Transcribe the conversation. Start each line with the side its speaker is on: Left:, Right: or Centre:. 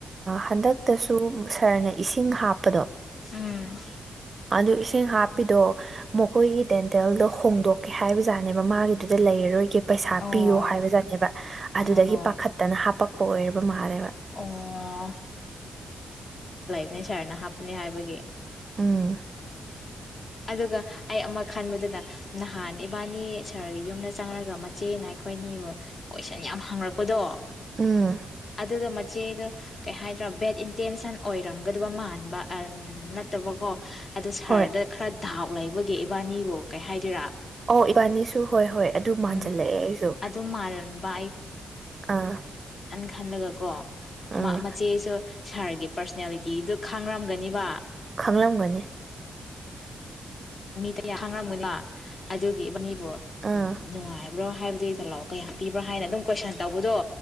Right: ꯍꯟꯗꯛꯇꯁꯨ ꯁꯥꯔꯅ ꯏꯁꯤꯡ ꯍꯥꯞꯄꯗꯣ
Left: ꯎꯝ
Right: ꯑꯗꯨ ꯏꯁꯤꯡ ꯍꯥꯞꯄꯤꯗꯣ ꯃꯈꯣꯏꯒꯤ ꯗꯦꯟꯇꯦꯜꯗꯣ ꯍꯣꯡꯗꯣꯛꯀꯦ ꯍꯥꯏꯕꯖꯥꯠꯅꯦꯕ ꯃꯥꯒꯤꯗꯨꯗ ꯂꯩꯔꯔꯣꯏꯒꯦ ꯄꯩꯁꯥ
Left: ꯑꯣ
Right: ꯄꯤꯌꯣ ꯍꯥꯏꯕꯖꯥꯠꯅꯦꯕ ꯑꯗꯨꯗꯒꯤ
Left: ꯑꯣ
Right: ꯄꯥꯈꯠꯇꯅ ꯍꯥꯄꯛꯄ ꯑꯣꯏꯔꯕ ꯃꯥꯜꯂꯦꯕ
Left: ꯑꯣ ꯅꯦ ꯁꯥꯔꯅ ꯍꯥꯞꯄꯅꯤ ꯍꯥꯏꯕꯒꯤ
Right: ꯎꯝ
Left: ꯑꯗꯨꯒ ꯑꯩ ꯑꯃ ꯈꯟꯕꯗꯨꯗ ꯅꯍꯥꯟ ꯏꯕꯥꯅꯤ ꯁꯥꯔꯒꯤ ꯌꯨꯝꯗ ꯆꯪꯉꯒ ꯃꯆꯦꯅ ꯑꯩꯈꯣꯏꯅꯤꯕꯨ ꯀꯣꯏꯁꯟ ꯌꯥꯝ ꯍꯪꯪꯔꯛꯄꯗꯣ
Right: ꯎꯝ
Left: ꯑꯗꯨꯗ ꯃꯆꯦꯗ ꯀꯩ ꯍꯥꯏꯗ꯭ꯔꯥ ꯕꯦꯠ ꯏꯟꯇꯦꯟꯁꯟ ꯑꯣꯏꯔꯝꯒꯗꯕ ꯃꯥꯟꯕ ꯅꯠꯇꯕꯀꯣ ꯑꯗꯣ ꯁꯥꯔꯗ
Right: ꯍꯣꯏ
Left: ꯈꯔ ꯗꯥꯎ ꯂꯩꯕꯒꯤ ꯏꯕꯥꯅꯤꯕꯨ ꯀꯩ ꯍꯥꯏꯗꯣꯏꯔꯥ
Right: ꯑꯣ ꯏꯕꯥꯅꯤꯁꯨ ꯍꯣꯏ ꯍꯣꯏ ꯑꯗꯨ ꯃꯥꯟꯁꯤꯜꯂꯛꯑꯦ
Left: ꯎꯝ
Right: ꯑꯩꯁꯨ
Left: ꯑꯗꯨꯝ ꯃꯥꯟꯕ
Right: ꯑꯥ
Left: ꯈꯜꯂꯒ ꯀꯣ
Right: ꯑꯥ
Left: ꯃ ꯃꯆꯦꯁꯨ ꯁꯥꯔꯒꯤ ꯄꯥꯔꯁꯅꯦꯂꯤꯇꯤꯗꯨ ꯈꯥꯡꯔꯝꯒꯅꯤꯕ
Right: ꯈꯪꯂꯝꯒꯅꯤ
Left: ꯃꯤ <unintelligible> ꯑꯗꯨꯒꯤ ꯎꯝ
Right: ꯑꯥ
Left: ꯅꯨꯡꯉꯥꯏ ꯍꯥꯏꯕꯗꯤ ꯇꯣꯂꯞ ꯀꯌꯥ ꯍꯥ ꯄꯤꯕ꯭ꯔꯣ ꯍꯥꯏꯅ ꯑꯗꯨꯝ ꯀꯣꯏꯁꯟ ꯇꯧꯕꯗꯣ